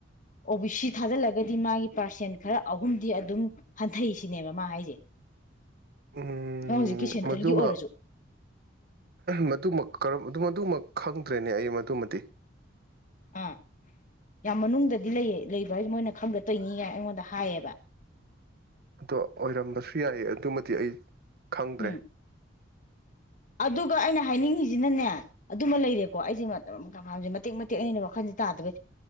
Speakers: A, on the left; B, on the right.
A: ꯑꯣ ꯕꯤ ꯁꯤ ꯊꯥꯖꯤꯜꯂꯒꯗꯤ ꯃꯥꯒꯤ ꯄꯥꯔꯁꯦꯟ ꯈꯔ ꯑꯍꯨꯝꯗꯤ ꯑꯗꯨꯝ ꯍꯟꯊꯩꯁꯤꯅꯦꯕ ꯃꯥ ꯍꯥꯏꯁꯦ
B: ꯎꯝ
A: ꯅꯪ ꯍꯧꯖꯤꯛꯀꯤ ꯁꯦꯟꯇ꯭ꯔꯦꯜꯒꯤ
B: ꯃꯗꯨꯃ
A: ꯑꯣꯏꯔꯁꯨ
B: ꯃꯗꯨꯃ ꯀꯔꯝ ꯑꯗꯨꯝ ꯑꯗꯨꯃꯛ ꯈꯪꯗ꯭ꯔꯦꯅꯦ ꯑꯩ ꯃꯗꯨꯃꯗꯤ
A: ꯑꯥ ꯌꯥꯝ ꯃꯅꯨꯡꯗꯗꯤ ꯂꯩꯌꯦ ꯂꯩꯕ ꯍꯥꯏꯁꯦ ꯃꯣꯏꯅ ꯈꯪꯕ ꯇꯣꯏꯅꯤ ꯌꯥꯏ ꯑꯩꯉꯣꯟꯗ ꯍꯥꯏꯌꯦꯕ
B: ꯑꯗꯣ ꯑꯣꯏꯔꯝꯕꯁꯨ ꯌꯥꯏꯑ ꯑꯗꯨꯃꯗꯤ ꯑꯩ ꯈꯪꯗ꯭ꯔꯦ
A: ꯎꯝ ꯑꯗꯨꯒ ꯑꯩꯅ ꯍꯥꯏꯅꯤꯡꯉꯤꯁꯤꯅꯅꯦ ꯑꯗꯨꯃ ꯂꯩꯔꯦꯀꯣ ꯑꯩꯁꯤꯃ ꯑꯗꯨ ꯀꯟꯐꯥꯔꯝ ꯃꯇꯦꯛ ꯃꯇꯦꯛ ꯑꯩꯅ ꯋꯥꯈꯜꯁꯦ ꯇꯥꯗꯕ